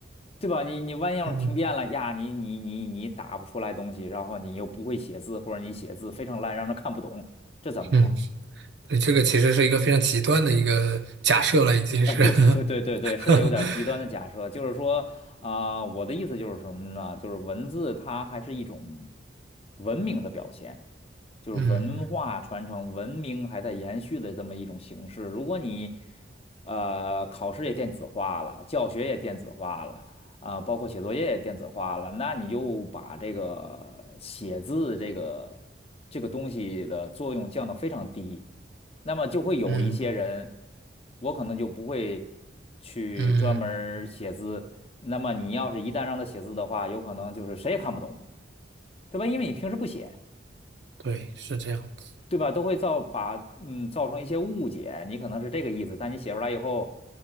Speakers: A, on the left (about 30°); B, on the right (about 70°).
A: 对吧？你你万一要是停电了呀，
B: 嗯
A: 你你你你打不出来东西，然后你又不会写字，或者你写字非常烂，让人看不懂，这怎么办？
B: 嗯，对，这个其实是一个非常极端的一个假设了，已经是，
A: 啊，对对对对对对，
B: <laughs>
A: 是有点极端的假设，就是说啊、我的意思就是什么呢？就是文字它还是一种文明的表现，就是文化传承、
B: 嗯。
A: 文明还在延续的这么一种形式。如果你呃考试也电子化了，教学也电子化了啊、包括写作业也电子化了，那你就把这个写字这个这个东西的作用降到非常低。那么就会有一些人，
B: 嗯
A: 我可能就不会去专门儿写字。
B: 嗯，
A: 那么你要是一旦让他写字的话，有可能就是谁也看不懂，对吧？因为你平时不写，
B: 对，是这样子。
A: 对吧？都会造把嗯造成一些误解。你可能是这个意思，但你写出来以后，